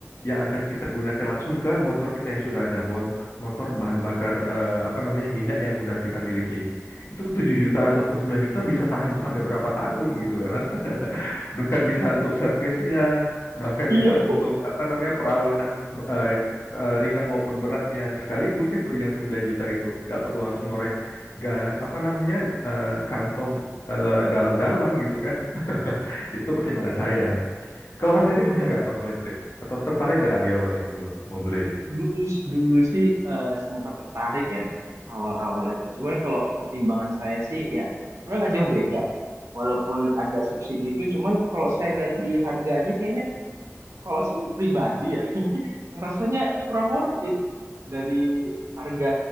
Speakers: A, on the left; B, on the right.
A: yang akan kita gunakan langsung ke motor kita yang sudah ada, bon motor bahan bakar eh, apa namanya minyak yang udah kita miliki. Itu 7 juta ataupun 9 juta bisa tahan sampai berapa tahun gitu kan, Mas? bahkan bisa untuk servisnya, bahkan
B: Iya.
A: bisa untuk apa namanya perawatan eh, eh, ringan maupun beratnya sekaligus itu yang 9 juta itu nggak perlu harus ngorek nggak apa namanya eh, kantong eh, dalam-dalam gitu kan <laughs> itu pertimbangan saya kalau Mas
B: Mm-mm.
A: Denny punya nggak motor listrik atau tertarik nggak di awalnya dulu mau beli
B: Dulu dulu sih eh, sempat tertarik ya awal-awal itu. Cuman kalau pertimbangan saya sih ya sebenarnya nggak jauh beda. Walaupun ada subsidi itu, cuman kalau saya lihat di harganya kayaknya Kalau saya pribadi ya, <laughs> ngerasanya kurang worth it dari harga